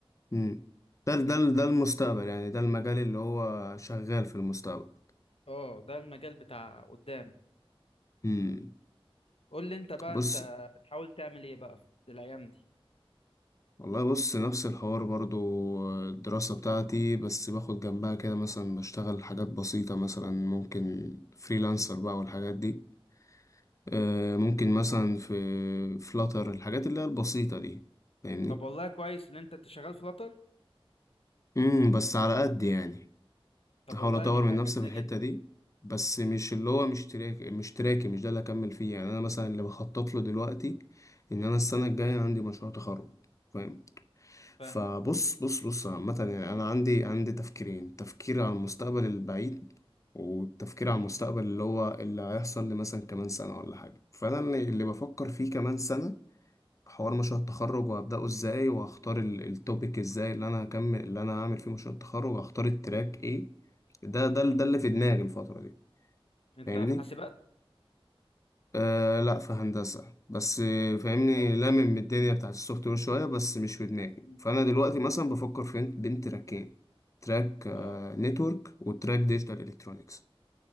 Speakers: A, on the left (about 35°); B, on the left (about 75°).
A: امم ده ده ده المستقبل يعني ده المجال اللي هو شغال في المستقبل
B: اه ده المجال بتاع قدام
A: امم
B: قول لي انت بقى
A: بص
B: انت بتحاول تعمل ايه بقى في الايام دي
A: والله بص نفس الحوار برضو آه، الدراسة بتاعتي بس باخد جنبها كده مثلا بشتغل حاجات بسيطة مثلا ممكن فريلانسر بقى والحاجات دي
B: مم.
A: آه، ممكن مثلا في فلاتر الحاجات اللي هي البسيطة دي فاهمني
B: طب والله كويس ان انت إنت شغال فلاتر
A: امم بس على قد يعني
B: طب
A: احاول
B: والله
A: اطور
B: دي حاجه
A: من نفسي
B: جميله
A: في الحتة
B: جدا
A: دي بس مش اللي هو مش تراكي مش تراكي مش ده اللي اكمل فيه يعني انا مثلا اللي بخطط له دلوقتي ان انا السنة الجاية عندي مشروع تخرج فاهم
B: فاهم
A: فبص بص بص عامة يعني أنا عندي عندي تفكيرين تفكير على المستقبل البعيد والتفكير على
B: مم.
A: المستقبل اللي هو اللي هيحصل لي مثلا كمان سنة ولا حاجة فأنا اللي, اللي بفكر فيه كمان سنة حوار مشروع التخرج وهبدأه ازاي وهختار التوبيك ازاي اللي أنا هكمل اللي أنا هعمل فيه مشروع التخرج وهختار التراك ايه ده ده
B: مم.
A: ده اللي في دماغي الفترة دي
B: انت
A: فاهمني
B: في حاسبات
A: آه لا في هندسة بس آه،
B: هندسه
A: فاهمني
B: ما شاء الله
A: لامم الدنيا بتاعت السوفت وير شوية بس مش في دماغي
B: مم.
A: فأنا دلوقتي مثلا بفكر في بين تراكين تراك آه
B: اه
A: نتورك وتراك ديجيتال الكترونيكس